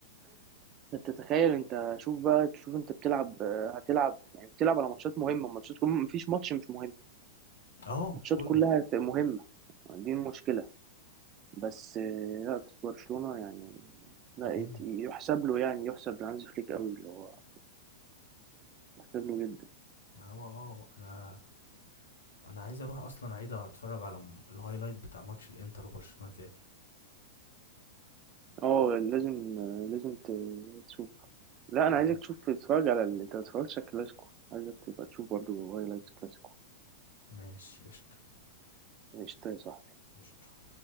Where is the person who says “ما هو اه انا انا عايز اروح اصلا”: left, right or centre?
Left